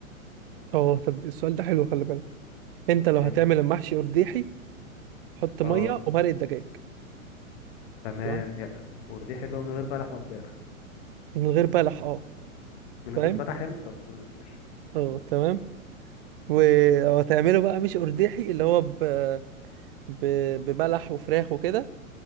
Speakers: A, on the right; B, on the left.
A: اه طب السؤال ده حلو خلي بالك انت لو
B: حلو
A: هتعمل المحشي ارديحي حط ميه
B: اه
A: ومرق دجاج
B: تمام
A: تمام
B: يا ورديح اللي هو من غير بلح ما فراخ
A: من غير بلح اه
B: من
A: فاهم
B: غير بلح يعني طب تمام ماشي
A: اه تمام و- وهتعمله بقى مش ارديحي اللي هو ب... ب... ببلح وفراخ وكده